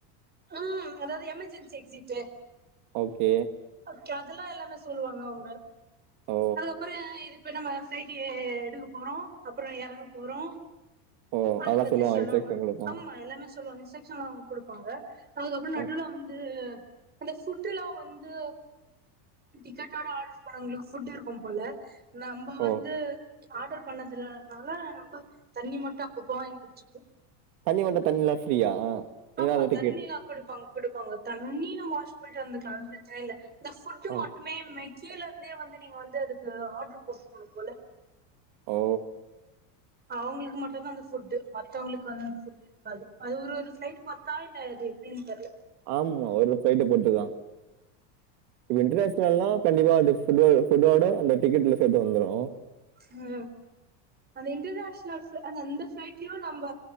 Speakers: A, on the right; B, on the right.
A: ஆ அதாவது எமெர்ஜென்சி எக்சிட்டு
B: ஓகே
A: கே அதெல்லா எல்லாமே சொல்லுவாங்க அவங்க
B: ஓ
A: அதுக்கப்புற இப்ப நம்ம ஃப்ளைட் எடுக்க போறோ அப்றோ எறங்க போறோ
B: ஓ
A: அது
B: அதெல்லா
A: பத்தி
B: சொல்லுவாங்க
A: சொன்னாங்கோ
B: இன்ஜெக்ஷன் குடுப்பாங்க
A: ஆமா எல்லாமே சொல்வாங்க இன்ஸ் செக்ஷன் அவங்க கொடுப்பாங்க அதுக்கப்புற நடுல
B: ஓ
A: வந்து அந்த சுற்றுலா வந்து டிக்கெட்டோட ஆர்டர் பண்ணவங்களுக்கு புட் இருக்கு போல நம்ம வந்
B: ஓ
A: ஆர்டர் பண்ணதுலனால நம்ம தண்ணி மட்டும் அப்பப்ப வாங்கி வச்சுப்போ
B: தனி வண்ட தண்ணில்லா ஃப்ரீயா
A: ஆமா
B: இல்ல அது டிக்கெட்
A: தண்ணி எல்லா குடுப்பாங்க குடுப்பாங்க தண்ணி நம் வாஸ் போயிட்டு வந்துக்கலா அது பிரச்சன இல்ல இந்த ஃபுட்டு
B: ஓ
A: மட்டுமே மெக்கேல இருந்தே வந்து நீங்க வந்து அதுக்கு ஆர்டரு போட்டுக்கணு போல
B: ஓ
A: அவங்களுக்கு மட்டு தா அந்த புட்டு மத்தவங்களுக்கு வந்து அந்த புட் இருக்காது அது ஒரு ஒரு பிளைட் பத்தா இல்ல எப்டின் தெர்ல
B: ஆமா ஒரு ஃபிளைட்டு போட்டுதா இப்ப இன்டர்நேஷனல்லா கண்டிப்பா அந்த ஃபுட்டோட ஃபுட்டோட அந்த டிக்கெட்ல சேத்து வந்துரு
A: ஆ அந்த இன்டர்நேஷ்னல் ஆஹா அந்த ஃபிளைட்லயு நம்ப